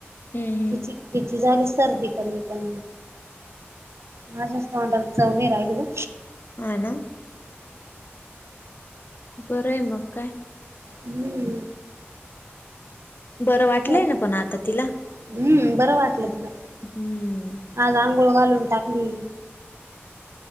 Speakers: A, on the left; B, on the right.
A: हम्म हम्म.
B: ची तिची झाली सर्दी. आता मी पण माझ्याच, तोंडाला चव नाही राहिली गं.
A: है ना बरं आहे, मग काय.
B: हम्म.
A: बरं वाटलंय
B: हो
A: ना, पण आता तिला.
B: हम्म बरं वाटलं तीला.
A: हम.
B: आज आंघोळ घालून टाकली.